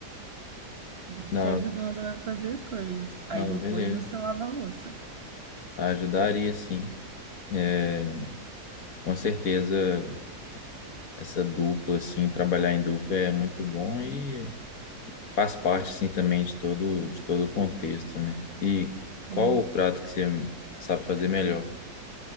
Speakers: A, on the right; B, on the left.
A: <laughs> e
B: Não,
A: te ajudando a fazer as coisas. Aí
B: não,
A: depois
B: beleza.
A: você lava a louça.
B: Ajudaria, sim. É, com certeza. essa dupla, assim, trabalhar em dupla é muito bom e faz parte, assim, também de todo, de todo o contexto, né? E
A: Sim.
B: qual o prato que você sabe fazer melhor?